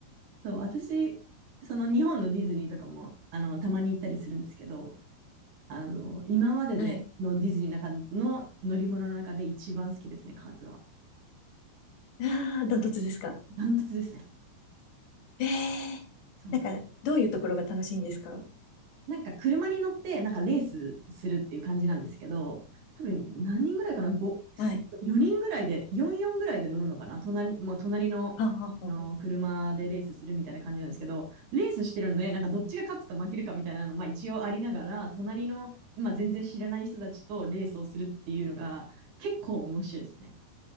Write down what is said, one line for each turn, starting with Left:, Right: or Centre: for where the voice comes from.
Right: そう、私、その日本のディズニーとかも、あの、たまに行ったりするんですけど、あの、今まででのディズニーの中の乗り物の中で一番好きですね、
Left: はい。
Right: カーズは。
Left: ああ、ダントツですか。
Right: ダントツですね。
Left: ええなんか、
Right: そう。
Left: どういうところが楽しいんですか
Right: なんか車に乗って、なんかレースするっていう感じなんですけど、多分何人ぐらいかな、5、
Left: はい。
Right: 4人ぐらいで、4、4ぐらいで乗るのかな、隣、もう隣の、
Left: はあはあはあ。
Right: あの車でレースするみたいな感じなんですけど、レースしてるので、なんかどっちが勝つか負けるかみたいなの、まあ一応ありながら、隣の、まあ、全然知らない人たちとレースをするっていうのが結構面白いですね。